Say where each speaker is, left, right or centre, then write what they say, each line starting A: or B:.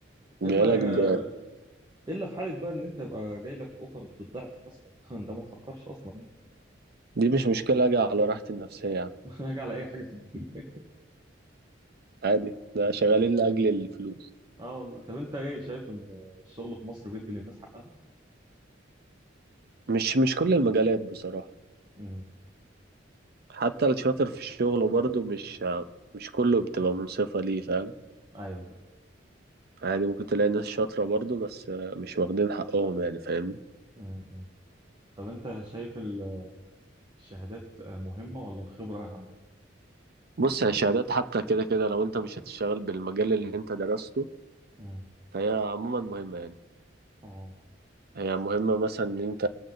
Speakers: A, on the right; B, on the right.
A: جايلك
B: اما يا...
A: ب...
B: الا في حاله بقى ان انت يبقى جاي لك اوفر بالضعف مثلا <laughs> ده ما تفكرش اصلا يعني.
A: دي مش مشكلة أجي على راحتي النفسية يا عم
B: <laughs> هاجي على اي حاجه في الدنيا
A: عادي ده شغالين لأجل الفلوس
B: <laughs> اه والله طب انت ايه شايف ان الشغل في مصر بيدي للناس حقها
A: مش مش كل المجالات بصراحة
B: امم
A: حتى الشاطر في الشغل برضه مش مش كله بتبقى منصفة ليه فاهم
B: ايوه فاهم.
A: عادي ممكن تلاقي ناس شاطرة برضه بس مش واخدين حقهم يعني فاهمني
B: امم طب انت شايف ال- الشهادات مهمة ولا الخبرة أهم؟
A: بص يا شهادات حتى كده كده لو انت مش هتشتغل بالمجال اللي انت درسته
B: امم
A: فهي عموما مهمة يعني
B: اه
A: هي مهمة مثلا ان انت